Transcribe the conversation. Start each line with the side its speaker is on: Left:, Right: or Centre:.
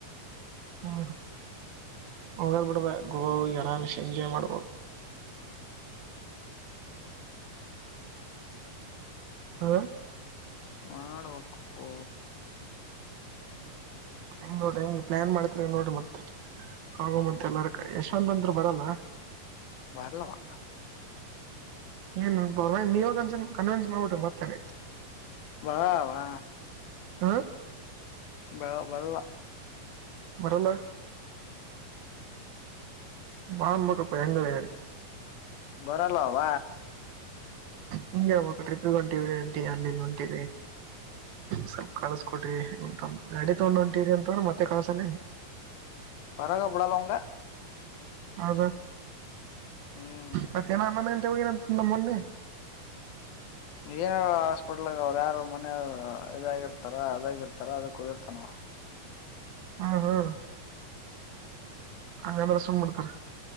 Right: ಹ ಹೋಗ್ ಬಿಡಬ ಗೋ ಆರಾಮಿಸಿ ಎಂಜಾಯ್ ಮಾಡ್ಬೋದು. ಹಾ.
Left: ಮಾಡಬೇಕೂ.
Right: ಹಂಗ ನೋಡ್ರಿ ಹಂಗ ಪ್ಲಯಾನ್ ಮಾಡ್ತ್ರಿಂಗ ನೋಡ್ರಿ. ಮತ್ತೆ ಆಗ ಮತ್ ಎಲ್ಲಾರ ಯಶವಂತ ಅಂದರು ಬರಲ್ಲ
Left: ಬರಲವಾ.
Right: ಏನ್ ನೀವನ್ಸ ಕನ್ವಿನ್ಸ್ ಮಾಡ್ಬಿಟ್ರಿ ಮತ್ತೇನ್ಯ್ತು.
Left: ವಾ ವಾ.
Right: ಹಾ.
Left: ಬ ಬರಲ್ಲ.
Right: ಬರಲ್ಲ. ಬಂಬಕಪ್ಪ ಹೆಂಗ ಹೇಳ.
Left: ಬರಲ್ಲ ಭ.
Right: ಹಿಂಗೆಾವಾಗ ಟಿಪ್ಿ ಹೊಂಟಿವ್ರಿಂಟ ಅಲ್ಲಿಲ್ಲ ಹೊಂಟಿವರಿ ಸ್ವಲ್ಪ ಕಳಸಕ ಕೊಟ್ರಿ ಗಾಡಿ ತಗೊಂಡ ಹೊಂಟಿವವ್ರಿ ಅಂತ್ರ ಮತ್ತೆ ಕಳ್. ತಲೆ ತಳ
Left: ಪರಗ ಬಿಡಲ್ಲವಂಗ.
Right: ಹದ.
Left: ಹ್ಮ್
Right: ಮತ್ತೆ ಏನ ಆಂದ. ಹೋಗನಂತು ನಮ್ಮ ಮೊನ್ನೆ.
Left: ಏನಾರ ಹಾಸ್ಪಿಟ್ಲ್ಗ ಅವ್ರು ಯಾರ ಮನೆಯವ ಇದಾಗಿರ್ತಾರ ಅದಾಗಿರ್ತಾರ ಅದಕ್ಕ ಹೋಗಿರ್ತಾನ
Right: ಹ್ಮ ಹ್ಮ್ ಹಾಗಂಗಾದ್ರ ಸುಮ ಮಾಡಡ್ತಾರ